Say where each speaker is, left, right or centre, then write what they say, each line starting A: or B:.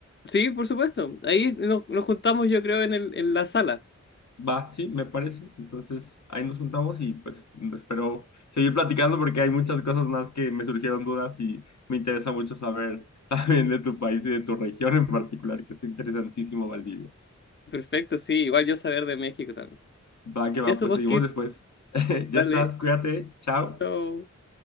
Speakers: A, on the left; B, on the left.
A: Sí, por supuesto. Ahí nos, nos juntamos, yo creo, en el, en la sala.
B: Va, sí, me parece. Entonces, ahí nos juntamos y pues espero seguir platicando porque hay muchas cosas más que me surgieron dudas y me interesa mucho saber <laughs> también de tu país y de tu región en particular, que es interesantísimo, Valdivia.
A: Perfecto, sí, igual yo saber de México también.
B: Va, que
A: Eso,
B: va, pues
A: pues,
B: seguimos
A: Kirk,
B: después. <laughs> Ya
A: dale,
B: estás, cuídate, chao.
A: chao.